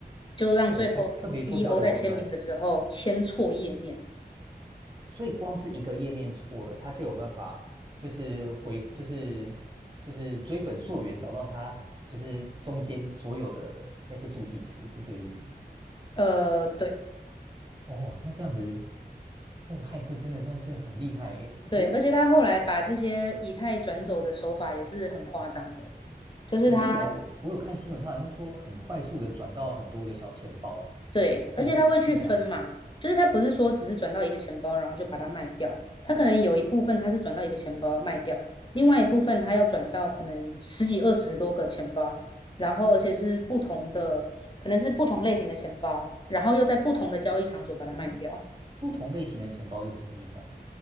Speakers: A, on the left; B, on the right.
A: 就让最后
B: 我还特别做钓鱼网站，
A: CEO 在签名的时候签错页面。
B: 所以光是一个页面错了，它就有办法就是回就是就是追本溯源，找到它就是中间所有的那些助记词，是这个意思。
A: 呃，对
B: 哦，那这样子，那个骇客真的算是很厉害诶。
A: 对，
B: 可是
A: 而且他后来把这些以太转走的手法也是很夸张的，就是他
B: 我记得我我有看新闻，他好像是说很快速的转到很多个小钱包，
A: 对，
B: 是是这样。
A: 而且他会去分嘛，就是他不是说只是转到一个钱包，然后就把它卖掉，他可能有一部分他是转到一个钱包卖掉，另外一部分他要转到可能十几二十多个钱包，然后而且是不同的，可能是不同类型的钱包，然后又在不同的交易场所把它卖掉，
B: 咦，不同类型的钱包是什么意思啊？